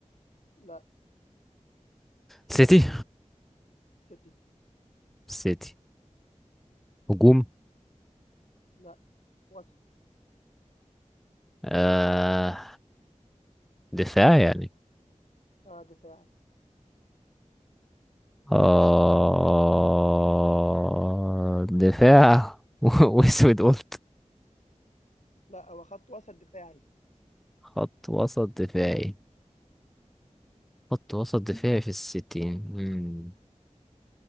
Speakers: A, on the left; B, in the centre.
A: لا
B: سيتي
A: سيتي
B: سيتي هجوم
A: لا وسط
B: آه دفاع يعني
A: آه دفاعي
B: آه دفاع <laughs> واسود قلت
A: لا هو خط وسط دفاعي
B: خط وسط دفاعي خط وسط دفاعي في السيتي مم.